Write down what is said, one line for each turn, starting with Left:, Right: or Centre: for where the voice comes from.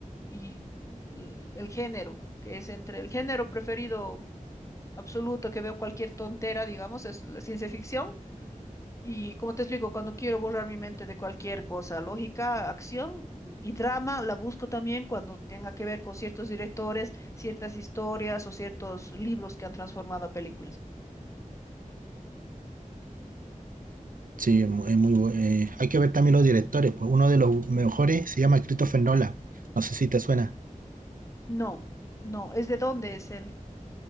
Left: y mm, el género, que es entre el género preferido absoluto que veo cualquier tontera, digamos, es la ciencia ficción. Y como te explico, cuando quiero borrar mi mente de cualquier cosa, lógica, acción mm, y drama, la busco también cuando tenga que ver con ciertos directores, ciertas historias o ciertos libros que han transformado a películas.
Right: Sí, es mu- es muy, bu- eh, hay que ver también los directores. Pues uno de los mejores se llama Christopher Nolan. No sé si te suena.
Left: No, no, es de dónde es el...